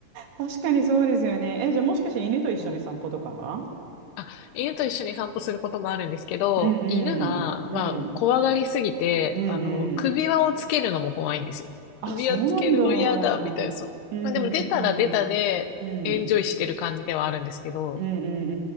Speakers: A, on the right (about 80°); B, on the left (about 80°).
A: 確かにそうですよね。え、じゃあもしかして犬と一緒に散歩とか
B: な。あ、犬と一緒に散歩することもあるんですけど、
A: うんうんうん
B: 犬が、まあ、怖がりすぎて、
A: うんうん。
B: あの、首輪をつけるのも怖いんですよ。
A: あ、
B: 首輪つけるの嫌だ、
A: そうなんだ。うんうんうん。
B: みたいな、そう。まあ、でも出たら出たで、
A: うん
B: エンジョイしてる感じではあるんですけど、
A: うんうん